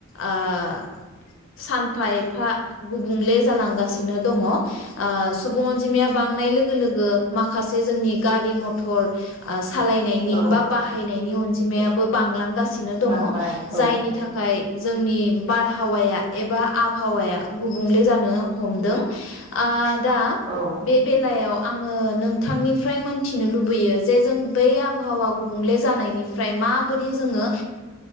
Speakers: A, on the left; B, on the right.
A: ओह सानफा एफा गुबुंले जालांगासिनो दङ ओह सुबुं अनजिमाया बांनाय लोगो लोग गो माखासे जोंनि गारि मथर आ सालायनायनि
B: औ
A: बा बाहायनायनि अनज जिमायाबो बांलांगासि नो दङ
B: बांबाय औ
A: जायनि थाखाय जोंनि बार हावाया एबा आबहावाया गुबुंले जानो हमदों ओ दा
B: औ
A: बे बेलायाव आङो नोंथांनिफ्राय मोनथिनो लुबैयो जे जों बै आबहावा गुबुंले जानायनिफ्राय माबोरै जोङो ओ